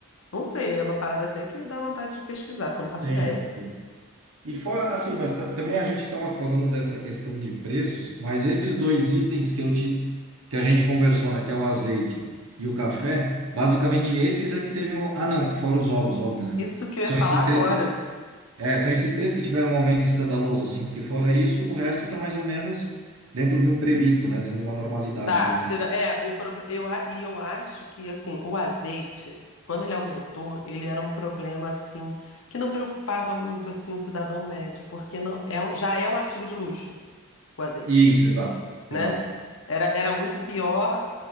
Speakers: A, on the left (about 70°); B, on the right (about 80°).
A: Não sei, é uma parada até que dá vontade de pesquisar, porque eu não faço
B: Sim,
A: ideia.
B: sim. E fora, assim, mas ta- também a gente estava falando dessa questão de preços, mas esses dois itens que eu te, que a gente conversou, né, que é o azeite e o café, basicamente esses é que teve um, ah não, fora os ovos, óbvio, né?
A: Isso que
B: São
A: eu ia falar
B: esses três
A: agora.
B: que ti- é, são esses três que tiveram um aumento escandaloso, assim, porque fora isso, o resto está mais ou menos dentro de um previsto, né, dentro de uma normalidade,
A: Tá,
B: pelo menos.
A: tira. É, o problema. Eu, a- e eu acho que, assim, o azeite, quando ele aumentou, ele era um problema, assim, que não preocupava muito, assim, o cidadão médio, porque não é, um- já é um artigo de luxo, o azeite.
B: Isso, exato,
A: né?
B: exato.
A: Era, era muito pior